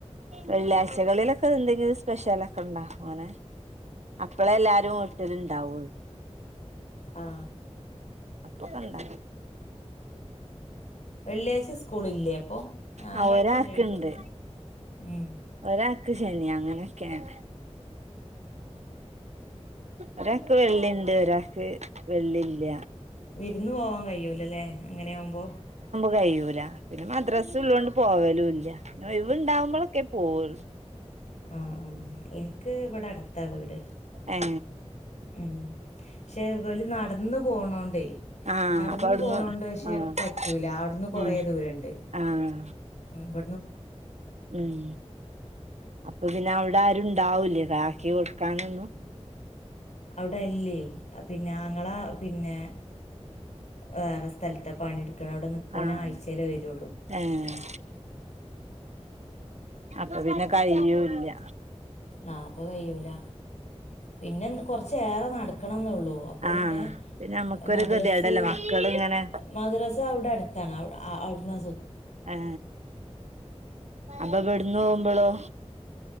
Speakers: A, on the right; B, on the left.
A: വെള്ളിയാഴ്ചകളിലൊക്കെ എന്തെങ്കിലും സ്പെഷ്യലൊക്കെ ഉണ്ടകും അങ്ങനെ അപ്പളെ എല്ലാരും വീട്ടില ഇണ്ടാവുള്ളു
B: ആ
A: ഇപ്പൊക്കണ്ടാ
B: വെള്ളിയാഴ്ച സ്കൂളില്ലേ അപ്പൊ? ഞായറാഴ്ചയല്ലേ
A: ആ ഒരാക്ക്
B: ഒഴിവുള്ളെ
A: ഇണ്ട്
B: ഉം
A: ഒരാ ശനിയ അങ്ങനെയൊക്കെയാണ് ഒരാൾക്ക് വെള്ളിണ്ട് ഒരാൾക്ക് വെള്ളില്ല
B: വിരുന്ന് പോവാൻ കഴിയൂലല്ലേ അങ്ങനെയാവുമ്പോ?
A: കയൂല പിന്നെ മദ്രസ ഉള്ളുകൊണ്ട് പോവലും ഇല്ല പി ഒഴിവു ണ്ടാവുമ്പോഴൊക്കെ പോവുള്ളൂ
B: ആ ആ എനിക്ക് ഇവിടെ അടു- ത്ത വീട്
A: ഏ
B: ഉ പക്ഷെ പോല നടന്ന പോണോണ്ടേ
A: ആഹ്
B: നടന്ന്
A: അപ്പൊ അവിടുന്ന്
B: പോണൊണ്ട് പക്ഷെ
A: ആഹ്
B: പറ്റൂല അവിടുന്ന് കൊറ
A: ഉം
B: ദൂരുണ്ട്
A: ആഹ്
B: ഇവ
A: ഉം അപ്പ പിന്നെ അവിടെ ആരുണ്ടാവൂലേ ബാക്കി കൊടുക്കാനൊന്നു
B: അവിടെയല്ലേ പിന്നെ ങ്ങളെ പിന്നെ വേറെ സ്ഥലത്ത് പണിെടുക്ക അവിടെ നിക്കവാന
A: ആഹ്
B: ആഴ്ചല്ലേ വരുള്ളൂ
A: ഏഹ് അപ്പൊ പിന്നെ കയിഞ്ഞുല്ല
B: ആ അപ്പൊ കഴൂല പിന്നെ കൊറച്ചേറെ നടക്കണം അപ്പൊ
A: ആഹ്
B: പിന്നെ
A: പിന്നെ നമ്മുക്കൊരു
B: മദ്രസ്
A: ഗതികേടല്ലേ മക്കള് ഇങ്ങനെ
B: മദ്രസ അവിടെ അടുത്താണ് അവിടുന്ന്
A: ആ അപ്പൊ ഇ വിടന്ന് പോകുമ്പോളോ?